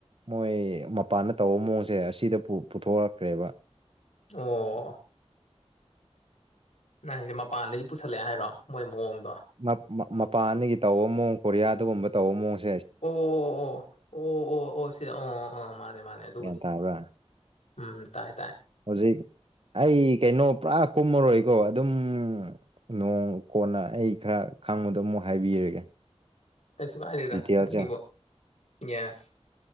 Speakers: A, on the right (about 55°); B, on the left (about 85°).
A: ꯃꯣꯏ ꯃꯄꯥꯟꯗ ꯇꯧꯕ ꯃꯑꯣꯡꯁꯦ ꯑꯁꯤꯗ ꯄꯨ ꯄꯨꯊꯣꯔꯣꯔꯛꯈ꯭ꯔꯦꯕ
B: ꯑꯣ ꯅꯪꯁꯦ ꯃꯄꯥꯟꯗꯒꯤ ꯄꯨꯁꯜꯂꯛꯑꯦ ꯍꯥꯏꯔꯣ ꯃꯣꯏ ꯃꯑꯣꯡꯗꯣ
A: ꯃꯞ ꯃꯄꯥꯟꯗꯒꯤ ꯇꯧꯕ ꯃꯑꯣꯡ ꯀꯣꯔꯤꯌꯥꯗꯒꯨꯝꯕ ꯇꯧꯕ ꯃꯑꯣꯡꯁ
B: ꯑꯣ ꯑꯣ ꯑꯣ ꯑꯣ ꯑꯣ ꯑꯣ ꯁꯤꯗ ꯑ ꯑ ꯃꯥꯅꯦ ꯃꯥꯅꯦ ꯑꯗꯨꯕꯨꯗꯤ
A: ꯒ꯭ꯌꯥꯟ ꯇꯥꯕ꯭ꯔꯥ
B: ꯎꯝ ꯇꯥꯏ ꯇꯥꯏ
A: ꯍꯧꯖꯤꯛ ꯑꯩ ꯀꯩꯅꯣ ꯄꯨꯔꯥ ꯀꯨꯝꯃꯔꯣꯏꯀꯣ ꯑꯗꯨꯝ ꯅꯣꯡ ꯀꯣꯟꯅ ꯑꯩ ꯈꯔ ꯈꯪꯕꯗꯣ ꯑꯃꯨꯛ ꯍꯥꯏꯕꯤꯔꯒꯦ
B: ꯀꯩꯁꯨ ꯀꯥꯏꯗꯦꯗ
A: ꯗꯤꯇꯦꯜꯁꯦ
B: ꯑꯗꯨꯒꯤꯕꯨ ꯒ꯭ꯌꯥꯁ